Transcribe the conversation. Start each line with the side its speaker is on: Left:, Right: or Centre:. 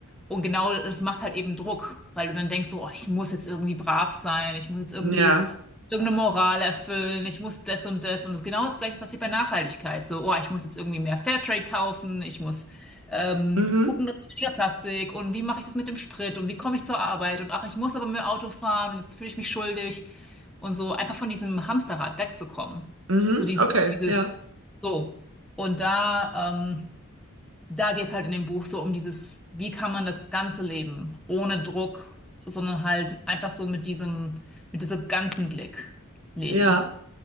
Centre: Und genau das macht halt eben Druck, weil du dann denkst so, oh, ich muss jetzt irgendwie brav sein, ich muss jetzt irgendwie
Right: ja,
Centre: irgendeine Moral erfüllen, ich muss das und das. Und das genau das Gleiche passiert bei Nachhaltigkeit. So, oh, ich muss jetzt irgendwie mehr Fairtrade kaufen, ich muss ähm,
Right: mhm.
Centre: gucken, dass weniger Plastik und wie mache ich das mit dem Sprit und wie komme ich zur Arbeit und ach, ich muss aber mit dem Auto fahren und jetzt fühle ich mich schuldig und so einfach von diesem Hamsterrad wegzukommen.
Right: Mhm.
Centre: So diese,
Right: okay,
Centre: diese,
Right: ja,
Centre: so. Und da, ähm, da geht's halt in dem Buch so um dieses, wie kann man das Ganze leben, ohne Druck, sondern halt einfach so mit diesem, mit diesem ganzen Blick leben.
Right: ja.